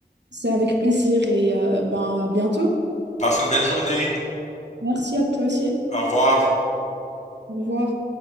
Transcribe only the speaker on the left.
Passe une belle journée.
Au revoir.